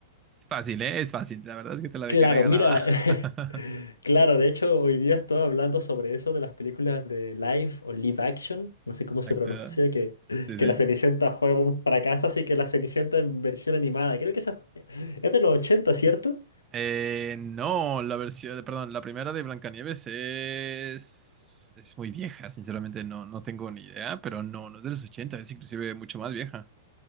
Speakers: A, on the right; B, on the left.
A: Es fácil, ¿eh? Es fácil. La verdad es que te la
B: Claro,
A: dejé regalada.
B: mira. <laughs>
A: <laughs>
B: Claro, de hecho, hoy día estoy hablando sobre eso de las películas de live o live action. No sé cómo se
A: Exacto.
B: pronuncia, que,
A: Sí, sí.
B: que La Cenicienta fue un fracaso, así que La Cenicienta en versión animada. Creo que esa es de los ochenta, ¿cierto?
A: Eh, no, la versión, perdón, la primera de Blancanieves es, es muy vieja, sinceramente no, no tengo ni idea, pero no, no es de los 80, es inclusive mucho más vieja.